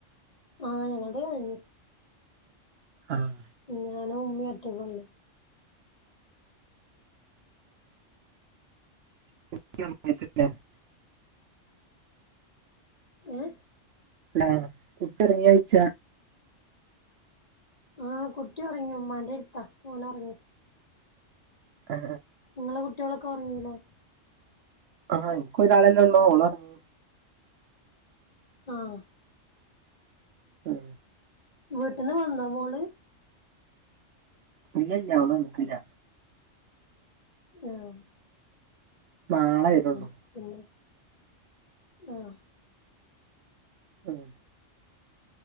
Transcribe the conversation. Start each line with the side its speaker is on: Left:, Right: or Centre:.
Left: ആഹ് ഞങ്ങളത് കഴിഞ്ഞു
Right: ആഹ്
Left: ഞാനും ഉമ്മീം ഒറ്റക്കുള്ളു
Right: <unintelligible>
Left: ഏഹ്
Right: ആഹ് കുട്ടി ഉറങ്ങിയോഴ്ച്ച
Left: ആഹ് കുട്ടി ഉറങ്ങി ഉമ്മാന്റെ എരുത്താ ഓൻ ഒറങ്ങി
Right: ആ
Left: ങ്ങളെ കുട്ടികളൊക്കെ ഉറങ്ങീലോ
Right: ആഹ് എനിക്ക് ഒരാളല്ലോ ഓള് ഒറങ്ങി
Left: ആഹ്
Right: ഉം
Left: വീട്ട്ന്ന് വന്നോ മോള്
Right: ഇല്ല ഇല്ല അവള് നിക്ക്ല്ല
Left: ആഹ്
Right: നാളെ വരുള്ളൂ
Left: ആഹ് പിന്നെ ആഹ്
Right: ഉം